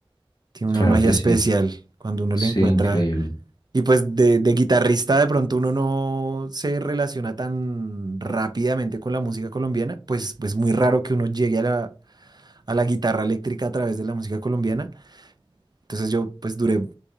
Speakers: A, on the right; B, on the left.
A: tiene una
B: Claro
A: magia
B: que
A: especial
B: sí.
A: cuando uno
B: Sí,
A: le encuentra.
B: increíble.
A: Y pues de, de guitarrista de pronto uno no se relaciona tan rápidamente con la música colombiana, pues pues muy raro que uno llegue a la, a la guitarra eléctrica a través de la música colombiana. Entonces yo pues duré m-